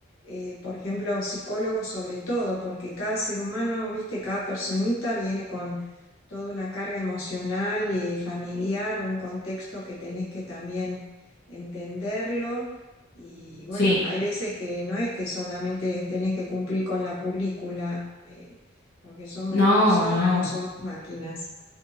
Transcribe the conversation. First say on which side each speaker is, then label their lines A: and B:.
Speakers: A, on the left; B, on the left.
A: Eh, por ejemplo, psicólogo sobre todo, porque cada ser humano, viste, cada personita viene con toda una carga emocional y familiar, un contexto que tenés que también entenderlo y bueno,
B: Sí.
A: hay veces que no es que solamente tenés que cumplir con la currícula, eh, porque somos
B: No,
A: personas,
B: no.
A: no somos máquinas.